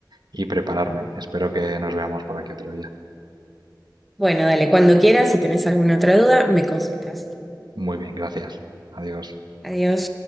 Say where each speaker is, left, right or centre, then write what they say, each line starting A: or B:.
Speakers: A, on the right; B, in the centre.
A: y prepararme. Espero que nos veamos por aquí otro día.
B: Bueno, dale, cuando quieras, si tenés alguna otra duda, me consultas.
A: Muy bien, gracias. Adiós.
B: Adiós.